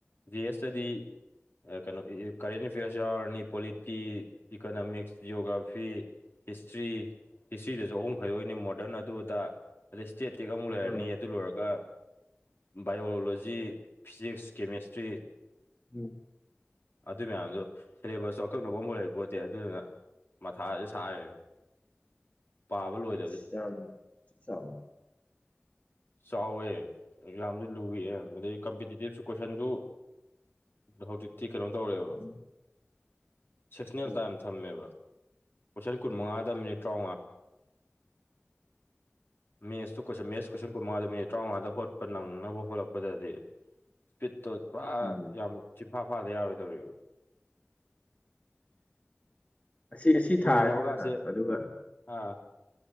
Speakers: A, on the left; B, on the left.
A: ꯖꯤ ꯑꯦꯁꯇꯗꯤ ꯀꯩꯅꯣ ꯀꯔꯦꯟ ꯑꯦꯐꯤꯌꯔꯁ ꯌꯥꯎꯔꯅꯤ ꯄꯣꯂꯤꯇꯤ ꯏꯀꯅꯣꯃꯤꯛꯁ ꯖꯤꯑꯣꯒ꯭ꯔꯥꯐ ꯐꯤ ꯍꯤꯁꯇ꯭ꯔꯤ ꯍꯤꯁꯇ꯭ꯔꯤꯗꯁꯨ ꯑꯍꯨꯝ ꯈꯥꯏꯗꯣꯛꯏꯅꯤ ꯃꯣꯔꯗꯟ ꯑꯗꯨ ꯑꯗꯥ ꯑꯗꯩ ꯁ꯭ꯇꯦꯠꯇꯤꯛ ꯑꯃꯨꯛ ꯂꯩꯔꯅꯤ
B: ꯎꯝ
A: ꯑꯗꯨ ꯂꯣꯏꯔꯒ ꯕꯥꯏꯑꯣꯂꯣꯖꯤ ꯐꯤꯖꯤꯛꯁ ꯀꯦꯃꯦꯁꯇ꯭ꯔꯤ
B: <inaudible>
A: ꯑꯗꯨ ꯃꯌꯥꯝꯗꯣ ꯁꯦꯂꯦꯕꯁꯁꯨ ꯑꯀꯛꯅꯕꯝꯕꯧ ꯂꯩ ꯄꯣꯠꯇꯦ ꯑꯗꯨꯗꯨꯅ ꯃꯊꯥꯁꯦ ꯁꯥꯏ ꯄꯥꯕ ꯂꯣꯏ
B: <inaudible>
A: ꯆꯥꯎꯋꯦ ꯌꯥꯝꯁꯨ ꯂꯨꯏꯌꯦ ꯑꯗꯩ ꯀꯝꯄꯤꯇꯤꯇꯤꯞꯁꯨ ꯀꯣꯏꯁꯟꯁꯨ ꯍꯧꯖꯤꯛ ꯇꯤ ꯀꯩꯅꯣ ꯇꯧꯔꯦꯕ
B: ꯎꯝ
A: ꯁꯦꯛꯁꯅꯦꯜ
B: ꯎꯝ
A: ꯇꯥꯏꯝ ꯊꯝꯃꯦꯕ ꯀꯣꯏꯁꯟ ꯀꯨꯟꯃꯉꯥꯗ
B: ꯎꯝ
A: ꯃꯤꯅꯤꯠ ꯇ꯭ꯔꯥꯎꯉꯥ ꯃꯦꯠꯁꯇꯨ ꯀꯣꯏꯁꯟ ꯃꯦꯠꯁ ꯀꯣꯏꯁꯟ ꯀꯨꯟꯉꯥꯗꫭ ꯃꯤꯅꯤꯠ ꯇ꯭ꯔꯥꯎꯉꯥꯗ ꯍꯣꯠꯄ ꯅꯪꯅꯕ ꯍꯣꯠꯂꯛꯄꯗꯗꯤ ꯁ꯭ꯄꯤꯠꯇꯣ ꯄꯨꯔꯥ
B: ꯎꯝ.
A: ꯌꯥꯝ ꯆꯤꯟꯐꯥ ꯐꯥꯗ ꯌꯥꯎꯔꯣꯏꯗꯧꯔꯤꯕ
B: ꯑꯁꯤ ꯉꯁꯤ
A: ꯄꯨꯔꯤꯅꯕꯒꯁꯦ
B: ꯊꯥꯔꯅꯤꯗꯅ ꯑꯗꯨꯒ
A: ꯑꯥ